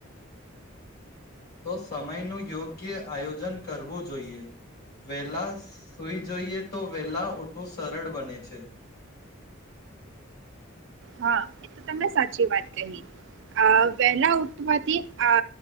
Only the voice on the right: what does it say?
હા એ તો તમે સાચી વાત કહી આ વહેલા ઉઠવાથી આ